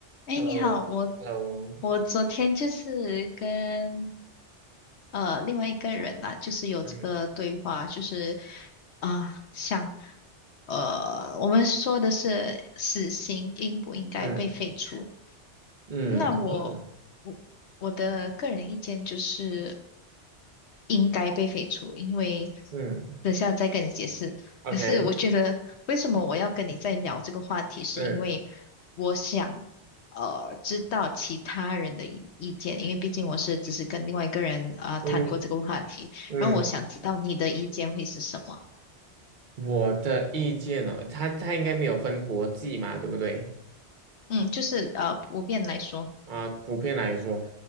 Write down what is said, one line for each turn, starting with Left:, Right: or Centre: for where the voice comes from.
Left: 哎，
Right: Hello，Hello，
Left: 你好，我我昨天就是跟呃另外一个人啦，就是有这个对话，
Right: 嗯
Left: 就是啊、想呃我们说的是死刑应不应该被废除？
Right: 嗯嗯，
Left: 那我我我的个人意见就是。
Right: 忘了
Left: 应该被废除，因为
Right: 嗯
Left: 等下再跟你解释。
Right: ，OK，
Left: 可是我觉得，为什么我要跟你再聊这个话题，是因为
Right: 嗯
Left: 我想呃知道其他人的意意见，因为毕竟我是只是跟另外一个人啊呃谈过这个话题，
Right: 嗯嗯，
Left: 然后我想知道你的意见会是什么。
Right: 我的意见呢、哦它它应该没有分国际嘛，对不对？
Left: 嗯，就是呃普遍来说，
Right: 啊，普遍来说，